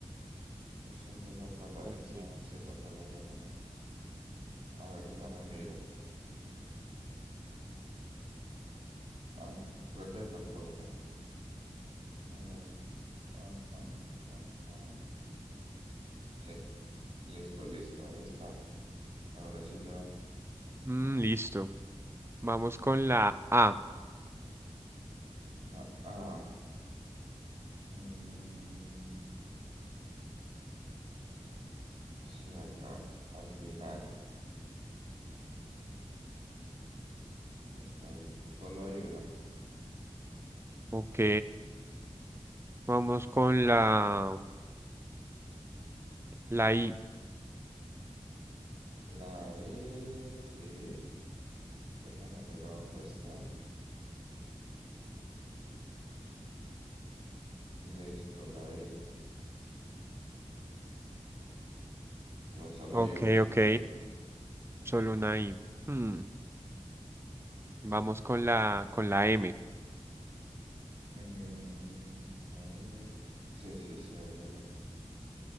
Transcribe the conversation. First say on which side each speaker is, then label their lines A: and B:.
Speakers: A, on the right (about 65°); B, on the right (about 20°).
A: Pues es esa palabra,
B: Ok.
A: esa, sí, esa palabra nomás. A ver, déjame miro. Ah, no, creo que me faltó una. A ver, ajá, ajá. Sí, listo, listo, ahí está. Ahora sí ya.
B: Mm, listo. Vamos con la A.
A: La A. Mm, sí, acá, al final. Está ahí. Solo hay una.
B: Ok. Vamos con la... La I.
A: La E, sí. Déjame mirar dónde está. Listo, la E. O sea, solo
B: Ok,
A: hay una, solo
B: ok.
A: hay una.
B: Solo una I. Hmm, Vamos con la, con la M.
A: Mm, a ver. Sí, sí, sí, hay M.